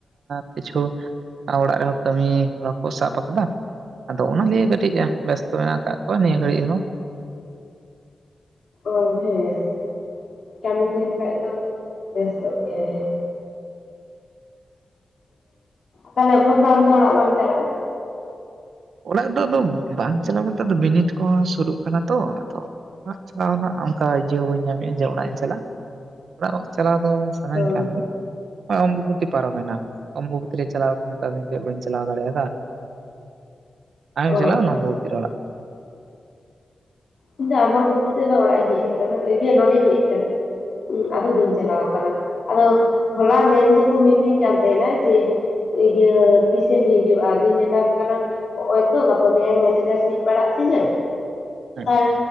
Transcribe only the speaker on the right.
ᱠᱤᱪᱷᱩ ᱚᱲᱟᱜ ᱨᱮᱦᱚᱸ ᱠᱟᱹᱢᱤ ᱦᱚᱨᱟ ᱠᱚ ᱥᱟᱵ ᱟᱠᱟᱫᱟ᱾ ᱟᱫᱚ ᱚᱱᱟ ᱞᱤᱭᱮ ᱠᱟᱹᱴᱤᱡ ᱵᱮᱥᱛᱚ ᱢᱮᱱᱟᱜ ᱟᱠᱟᱫ ᱠᱚᱣᱟ ᱱᱤᱭᱟᱹ ᱜᱷᱟᱹᱲᱤᱡ ᱦᱚᱸ
ᱚᱲᱟᱜ ᱫᱚ ᱟᱫᱚ ᱵᱟᱝ ᱪᱟᱞᱟᱣ ᱵᱚᱞᱛᱮ ᱵᱤᱱᱤᱴ ᱠᱚᱦᱚᱸ ᱥᱩᱨᱩᱜ ᱠᱟᱱᱟ ᱛᱚ ᱟᱫᱚ ᱚᱲᱟᱜ ᱪᱟᱞᱟᱣ ᱨᱮᱱᱟᱜ ᱚᱱᱠᱟ ᱤᱭᱟᱹ ᱦᱚᱸ ᱵᱟᱹᱧ ᱧᱟᱢᱮᱫᱼᱟ ᱡᱮ ᱚᱲᱟᱜ ᱤᱧ ᱪᱟᱞᱟᱜᱼᱟ ᱚᱲᱟᱜ ᱚ ᱪᱟᱞᱟᱣ ᱫᱚ ᱥᱟᱱᱟᱧ
ᱠᱟᱱ ᱜᱮ ᱚᱢᱵᱚᱵᱚᱛᱤ ᱯᱟᱨᱚᱢᱮᱱᱟ ᱚᱢᱵᱚᱵᱩᱛᱤ ᱨᱮ ᱪᱟᱞᱟᱣ ᱠᱚ ᱢᱮᱛᱟᱫᱤᱧ ᱛᱟᱸᱦᱮᱫ ᱵᱟᱹᱧ ᱪᱟᱞᱟᱣ ᱫᱟᱲᱮᱭᱟᱫᱟ ᱟᱢᱮᱢ
ᱪᱟᱞᱟᱣ ᱞᱮᱱᱟ ᱚᱢᱵᱚᱵᱩᱛᱤ ᱨᱮ ᱚᱲᱟᱜ
ᱦᱮᱸ